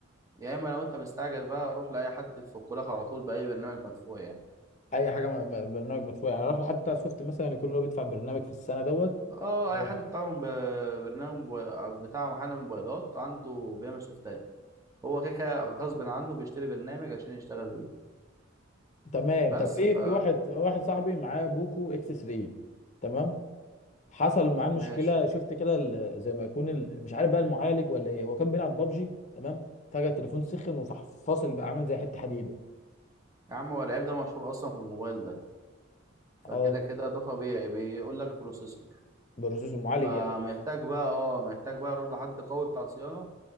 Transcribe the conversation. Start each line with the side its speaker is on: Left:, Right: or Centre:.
Right: يا اما لو انت مستعجل بقى روح لأي حد في الكلاك على طول بأي برنامج مدفوع يعني
Left: اي حاجه م- م- برنامج مدفوع يعني اروح لحد بتاع سوفت مثلا يكون اللي هو بيدفع برنامج في السنه دوت
Right: اه
Left: هو.
Right: اي حد بتاع ب- برنامج موب- بتاع محل موبايلات عنده بيعمل سوفتات هو كده كده غصب عنه بيشتري برنامج عشان يشتغل بيه
Left: تمام
Right: بس
Left: طب في
Right: ف
Left: في واحد واحد صاحبي معاه بوكو اكس 3 تمام حصل معاه مشكله
Right: ماشي
Left: شفت كده ال- زي ما يكون ال- مش عارف بقى المعالج ولا ايه هو كان بيلعب بابجي تمام فجاه التليفون سخن وفح فاصل بقى عامل زي حته حديده
Right: يا عم هو العيب ده مشهور اصلا في الموبايل ده فكده
Left: اه
Right: كده ده طبيعي بيقول لك بروسيسور
Left: بروسيسور معالج
Right: فمحتاج
Left: يعني
Right: بقى اه محتاج بقى اروح لحد قوي بتاع صيانة